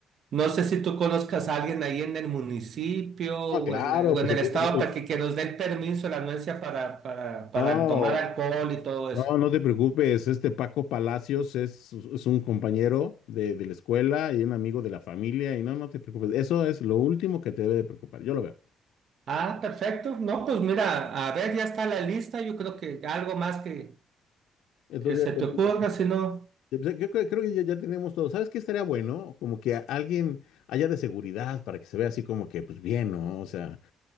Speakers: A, on the right; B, on the left.
A: no sé si tú conozcas a alguien ahí en el municipio o
B: Ah, claro,
A: en, la- o
B: pues
A: en el
B: el-
A: estado
B: el- el-
A: para que, que nos den permiso, la anuencia para, para, para
B: no,
A: tomar alcohol y todo eso.
B: No, no te preocupes, este Paco Palacios es, es un compañero de, de la escuela y un amigo de la familia y no, no te preocupes, eso es lo último que te debe de preocupar, yo lo veo.
A: Ah, perfecto. No, pues mira, a ver, ya está la lista. Yo creo que algo más que,
B: Entonces
A: que se
B: ya tenemos-
A: te ocurra, si no.
B: yo creo yo creo que ya, ya tenemos todo. ¿Sabes qué estaría bueno? Como que a- alguien haya de seguridad para que se vea así como que, pues bien, ¿no? O sea,